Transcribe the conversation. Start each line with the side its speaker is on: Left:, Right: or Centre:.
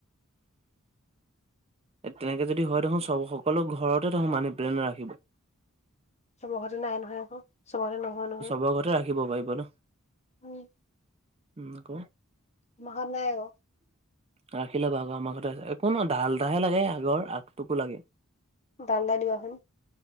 Right: তেনেকে যদি হয় দেখোন চব সকলো ঘৰতে দেখোন মানি প্লেন ৰাখিব।
Left: চব ঘতে নাই নহয় আকৌ চবতে নহয় নহয়।
Right: চব ঘতে ৰাখিব পাৰিব ন।
Left: উম।
Right: উম ক।
Left: আমা ঘত নাই আক
Right: <inaudible> ৰাখিলবা আকৌ আমাৰ ঘতে আছে একো নহয় ডাল এটাহে লাগে আগৰ আগটোকো লাগে।
Left: দাল এটা দিবা চোন